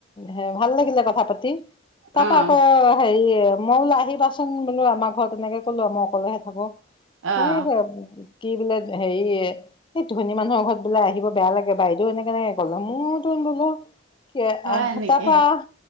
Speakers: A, on the left; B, on the right.
A: হে ভাল লাগিলে কথা পাতি তাপা
B: অ',
A: আকৌ হেৰি এ- মই বোলো আহিবা চোন বোলো আমাৰ ঘৰত তেনেকে ক'লো মই অকলেহে থাকো।
B: অ'। অ',
A: এ কি বোলে হেৰি সেই ধনী মানুহৰ ঘৰত বোলে আহিব বেয়া লাগ- গে বাইদেউও এনেকে এনেকে ক'লে, মোৰত বোলো কে
B: হয়
A: আঁহ
B: নেকি?
A: তাপা-